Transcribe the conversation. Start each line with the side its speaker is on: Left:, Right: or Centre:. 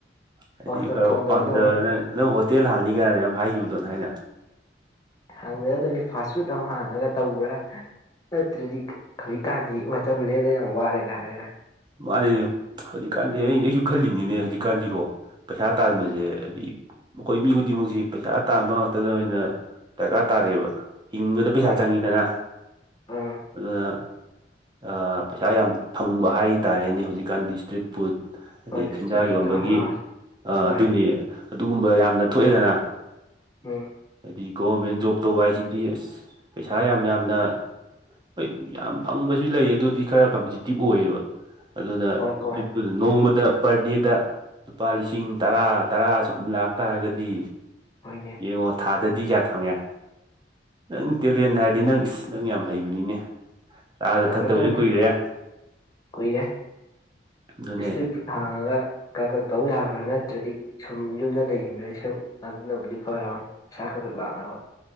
Right: ꯍꯥꯏꯗꯤ
Left: ꯍꯣꯏ ꯍꯣꯏ
Right: ꯈꯔ
Left: ꯊꯣꯡꯗꯔꯗꯧꯅꯤ
Right: ꯄꯥꯝꯖꯕꯅ ꯅꯪ ꯍꯣꯇꯦꯜ ꯍꯥꯡꯅꯤ
Left: ꯑꯗꯨꯗ
Right: ꯒꯥꯏꯅ ꯌꯥꯝ ꯍꯥꯏꯒꯤꯕꯗꯣ ꯊꯥꯏꯅ
Left: ꯍꯥꯡꯖꯗꯅꯤ ꯐꯥꯁ ꯐꯨꯗ ꯑꯃ ꯍꯥꯡꯉꯒ ꯇꯧꯕ꯭ꯔꯥ ꯅꯠꯇ꯭ꯔꯗꯤ ꯍꯧꯖꯤꯛ ꯀꯥꯟꯖꯤ ꯃꯇꯝ ꯂꯦꯟꯕ ꯌꯥꯝ ꯋꯥꯔꯦꯒ ꯍꯥꯏꯔꯒ
Right: ꯃꯥꯅꯤꯅꯦ ꯍꯧꯖꯤꯛꯀꯥꯟꯗꯤ ꯑꯩ ꯑꯩꯖꯨ ꯈꯜꯂꯤꯅꯤꯅꯦ ꯍꯧꯖꯤꯛꯀꯥꯟꯖꯤꯀꯣ ꯄꯩꯁꯥ ꯇꯥꯟꯕꯖꯦ ꯍꯥꯏꯗꯤ ꯃꯈꯣꯏ ꯃꯤ ꯈꯨꯨꯗꯤꯡꯃꯛꯁꯦ ꯄꯩꯁꯥ ꯇꯥꯟꯕ ꯉꯥꯛꯇꯗ ꯑꯣꯏꯅ ꯗꯔꯀꯥꯔ ꯇꯥꯗꯦꯕ ꯍꯤꯡꯕꯗ ꯄꯩꯁꯥ
Left: ꯍꯣꯏ
Right: ꯆꯪꯉꯤꯗꯅ
Left: ꯑꯥ
Right: ꯑꯗꯨꯅ ꯑꯥ ꯄꯩꯁꯥ ꯌꯥꯝ ꯐꯪꯕ ꯍꯥꯏꯇꯥꯔꯦꯅꯦ ꯍꯧꯖꯤꯛꯀꯥꯟꯗꯤ ꯏꯁꯇ꯭ꯔꯤꯠ ꯐꯨꯗ ꯑꯗꯩ
Left: ꯍꯣꯏ
Right: ꯆꯤꯟꯖꯥꯛ
Left: ꯏꯁꯇ꯭ꯔꯤꯠ ꯐꯨꯗ
Right: ꯌꯣꯟꯕꯒꯤ
Left: ꯑꯃ ꯍꯥꯡꯉꯁꯤ
Right: ꯑꯥ
Left: ꯍꯣꯏ
Right: ꯗꯨꯅꯤ ꯑꯗꯨꯒꯨꯝꯕ ꯌꯥꯝꯅ ꯊꯣꯛꯑꯦꯗꯅ
Left: ꯎꯝ
Right: ꯗꯤ ꯒꯣꯕꯃꯦꯟ ꯖꯣꯕ ꯇꯧꯕ ꯍꯥꯏꯁꯤꯗꯤ ꯑꯁ ꯄꯩꯁꯥ ꯌꯥꯝ ꯌꯥꯝꯅ ꯍꯣꯏ ꯌꯥꯝ ꯐꯪꯕꯖꯨ ꯂꯩ ꯑꯗꯨꯗꯤ ꯈꯥꯔ ꯀꯝꯄꯤꯇꯤꯇꯤꯚ ꯑꯣꯏꯌꯦꯕ ꯑꯗꯨꯅ
Left: ꯍꯣꯏ ꯍꯣꯏ
Right: ꯆꯤꯠꯄꯗ ꯅꯣꯡꯃꯗ ꯄ꯭ꯔ ꯗꯦꯗ ꯂꯨꯄꯥ ꯂꯤꯁꯤꯡ ꯇꯔꯥ ꯇꯔꯥ ꯁꯨꯝ ꯂꯥꯛꯇꯥꯔꯒꯗꯤ
Left: ꯍꯣꯏꯅꯦ
Right: ꯌꯦꯉꯣ ꯊꯥ ꯗꯗꯤ ꯀꯌꯥ ꯐꯪꯉꯦ ꯅꯪ ꯇꯦꯂꯦꯟ ꯍꯥꯏꯔꯗꯤ ꯅꯪ ꯏꯁ ꯅꯪ ꯌꯥꯝ ꯍꯩꯕꯅꯤꯅꯦ ꯆꯥꯗ
Left: ꯇꯧꯔꯗꯕꯅꯤ
Right: ꯊꯛꯇꯕꯖꯨ ꯀꯨꯏꯔꯦ
Left: ꯀꯨꯏꯔꯦ
Right: ꯑꯗꯨꯅꯦ
Left: ꯏꯁꯇ꯭ꯔꯤꯠ ꯐꯨꯗ ꯍꯥꯡꯉꯒ ꯀꯛ ꯀꯛ ꯇꯧ ꯌꯥꯕ꯭ꯔꯥ ꯅꯠꯇ꯭ꯔꯗꯤ ꯁꯨꯝ ꯌꯨꯝꯗ ꯂꯩꯁꯤꯟꯗ꯭ꯔꯨꯏ ꯁꯔꯨꯛ ꯑꯗꯨꯅꯕꯨꯗꯤ ꯐꯔꯕꯅꯤ ꯄꯩꯁꯥ ꯈꯥ ꯈꯥ ꯂꯥꯛꯅꯕ